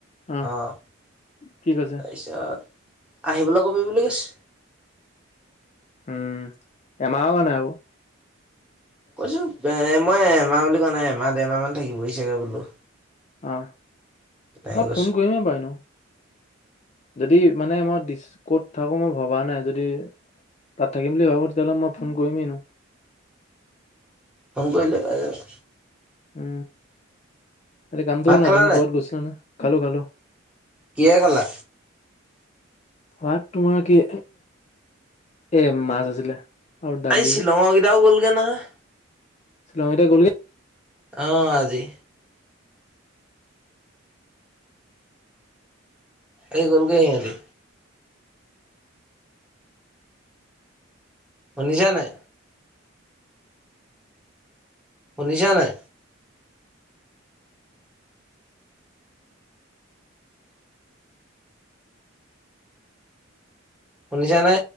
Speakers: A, on the left; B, in the centre.
A: অহ,
B: অঁ
A: কি কৈছে?
B: তাৰপিছত আহিবলৈ কবি বুলি কৈছে।
A: উম, এমাহৰ মানে আৰু।
B: কৈছো, এ, মই এমাহ বুলি কোৱা নাই, এমাহ-দেৰমাহ মান থাকিব চাগে বোলো।
A: অহ।
B: তেনেকে
A: মই
B: কৈছো।
A: ফোন কৰিমেই বাৰু এনেও। যদি মানে মই দিচ ক'ত থাকো মই ভবা নাই যদি তাত থাকিম বুলি ভাবো তেতিয়াহ'লে মই ফোন কৰিমেই ন।
B: ফোন কৰিলে পাই যাবা।
A: উ। কালি কামটো
B: ভাত
A: হ'ল নাই
B: খালা
A: তুমি ক'বাত গৈছিলা নহয়? খালো-খালো।
B: কিহেৰে খালা?
A: ভাত তোমাৰ কি, এ মাছ আছিলে। আৰু দালি
B: আজি শ্বিলংৰ কেইটাও গ'লগে নহয়।
A: লগৰকিটা গ'লগে
B: অ', আজি। এই গলগৈ সিহঁতি। শুনিছা নাই। শুনিছা নাই। শুনিছানে।